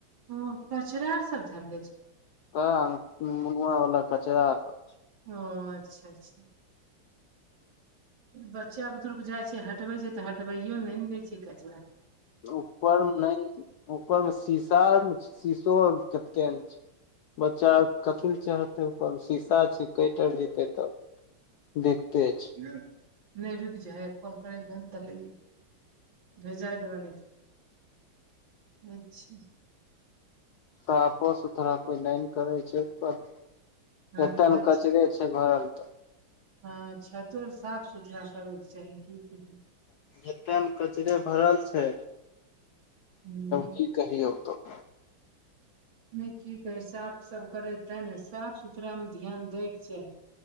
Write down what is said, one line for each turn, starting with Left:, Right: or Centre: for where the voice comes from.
Right: ओ कचड़ा आर सब धरले छै।
Left: हा मुगुआ बला कचड़ा सब छैय
Right: ओ अच्छा अच्छा बच्चा बुतरुक जाइ छैय हटबै छैय तऽ हटबैयो नै न दैय छैय कचड़ा।
Left: ऊपर में नै नु ऊपर मे शीसा आर न छैय शीसो ओर केते न छैय बच्चा आर कथी चढ़तै उपर में शीशा छैय कैट आर जेतै तऽ दिकते छैय।
Right: भेल, नै रुकि जाइ हइ एक काल करै ल दै न त ले जहिये। भेजाय देब नै तऽ अच्छा।
Left: साफो सुथरा कोइ नै न करैय छैय उपरमे।
Right: हँ
Left: एतय
Right: नहि
Left: न कचड़े छय भरल तऽ।
Right: अच्छा तोर साफ सुथरा करके चाही की कही।
Left: एतह न कचड़े भरल छैय
Right: ह
Left: की कहियौ तोरा?
Right: नै की कही साफ सब करै तै न साफ सुथरामे ध्यान दैके चाही।